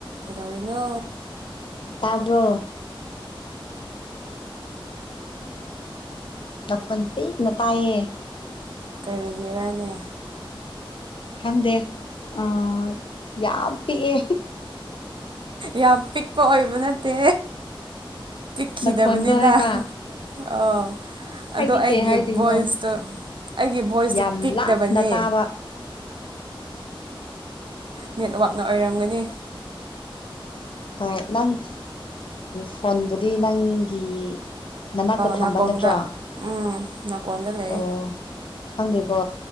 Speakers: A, on the right; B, on the left.
A: ꯀꯗꯅ
B: ꯇꯥꯕ꯭ꯔꯣ ꯅꯈꯣꯟꯜ ꯄꯤꯛꯅ ꯇꯥꯏꯌꯦ
A: ꯑꯣꯏꯒꯦꯔꯥꯅꯦ
B: ꯈꯪꯗꯦ ꯑ ꯌꯥꯝ ꯄꯤꯛꯑꯦ
A: ꯌꯥꯝ ꯄꯤꯛꯄ ꯑꯣꯏꯕ ꯅꯠꯇꯦ ꯄꯤꯛꯈꯤꯗꯕꯅꯤꯗ
B: ꯅꯈꯣꯟꯗꯣ ꯍꯥꯏꯕ
A: ꯑꯣ ꯑꯗꯣ
B: ꯍꯥꯏꯗꯤ
A: ꯑꯩꯒꯤ
B: ꯀꯩ ꯍꯥꯏꯗꯣꯏꯅꯣ
A: ꯚꯣꯏꯁꯇꯣ ꯑꯩꯒꯤ ꯚꯣꯏꯁꯇꯣ
B: ꯌꯥꯝ
A: ꯄꯤꯛꯗꯕꯅꯦ
B: ꯂꯥꯞꯅ ꯇꯥꯕ
A: ꯅꯦꯠꯋꯥꯛꯅ ꯑꯣꯏꯔꯝꯒꯅꯤ
B: ꯍꯣꯏ ꯅꯪ ꯐꯣꯟꯕꯨꯗꯤ ꯅꯪꯒꯤ ꯅꯅꯥꯛꯇ
A: ꯅꯥꯀꯣꯡꯗ
B: ꯊꯝꯕ ꯅꯠꯇ꯭ꯔꯣ
A: ꯎꯝ ꯅꯥꯀꯣꯡꯗ ꯂꯩ
B: ꯑꯣ ꯈꯪꯗꯦꯀꯣ